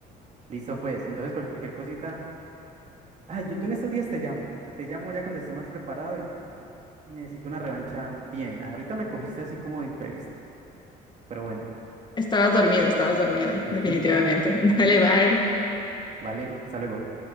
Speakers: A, on the right; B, on the left.
A: Listo, pues. Entonces, cualquier cosita. Ay, yo, yo en estos días te llamo. Te llamo ya cuando esté más preparado y, y y necesito una revancha bien. Ahorita me cogiste así como de imprevisto, pero bueno.
B: Estabas dormido, estabas dormido,
A: <laughs>
B: definitivamente. <laughs> Dale, bye.
A: ¿Vale? Hasta luego.